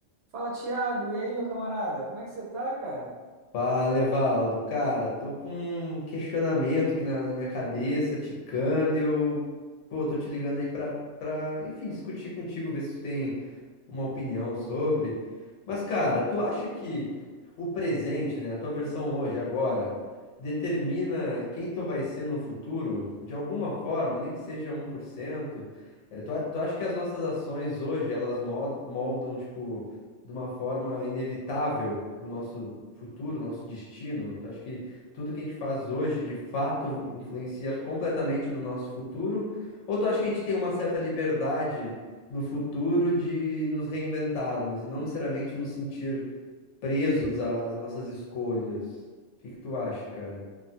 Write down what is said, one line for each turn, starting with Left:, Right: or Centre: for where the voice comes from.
Right: Fala, Thiago. E aí, meu camarada? Como é que você tá, cara?
Left: Fala, Evaldo. Cara, tô com um questionamento aqui na, na minha cabeça, ticando, e eu, pô, tô te ligando aí pra, pra, enfim, discutir contigo, ver se tu tem uma opinião sobre. Mas, cara, tu acha que o presente, né, a tua versão hoje, agora, determina quem tu vai ser no futuro, de alguma forma, nem que seja um 1%? É, tu, a- tu acha que as nossas ações hoje, elas mod- moldam, tipo, de uma forma inevitável o nosso futuro, o nosso destino? Tu acha que tudo que a gente faz hoje, de fato, influencia completamente no nosso futuro? Ou tu acha que a gente tem uma certa liberdade? no futuro de nos reinventarmos e não necessariamente nos sentir presos às nossas escolhas. O que que tu acha, cara?